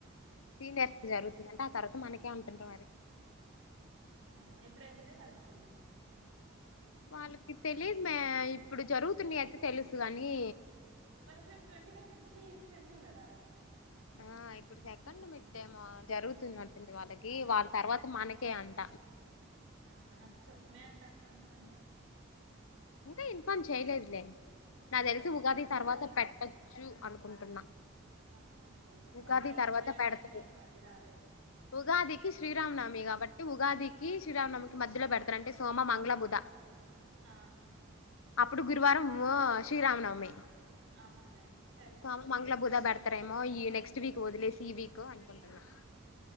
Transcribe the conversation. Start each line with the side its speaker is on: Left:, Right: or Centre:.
Left: సీనియర్స్
Right: ఆ
Left: జరుగుతుందంటే ఆ తరవాత మనకే అంటుంటు మరి
Right: ఆ ఎప్పుడయిపోతాయి వాళ్ళకి
Left: వాళ్ళకి తెలిదు మే ఇప్పుడు జరుగుతున్నా అయితే తెలుసు కాని
Right: మనకు ట్వంటీ వన్ నుంచి సమ్ఎం కదా
Left: ఆ ఇప్పుడు సెకండ్ మిడ్ డే జరుగుతుందిట్టు వాళ్ళకి
Right: ఆ
Left: వాళ్ళ తర్వాత మనకి ఒకేఅండి
Right: ఆ నాకు చెొప్పుమే అట్టా కను కొన్ని
Left: ఇకా ఇన్ఫార్మ్ చేయలేదులే నా
Right: అదే
Left: తెలిసి ఉగాది
Right: చ అంటారు
Left: తర్వాత
Right: కదా
Left: పెట్టచ్చు అనుకుంటున్నా
Right: ఆ అట్టయితే
Left: ఉగాది
Right: పర్లే
Left: తర్వాత
Right: ఇప్పుడే అంటే
Left: పెడతారు
Right: ఇంక నేను మళ్ళీ రాలేను
Left: ఉగాదికి శ్రీరామ్నమి కాబట్టి ఉగాదికి శ్రీరామనమి మధ్యలో పెడతాన అంటే సోమ మంగ్ళ బుధ
Right: ఆ
Left: అప్పుడు గురువారం శ్రీరామనవమి
Right: అవునులే సరిపోతది
Left: కామ మంగళ బుధ బడత రేమో ఈ నెక్స్ట్ వీక్ వదిలేసి ఈ వీక్ అనుకుంటన్నా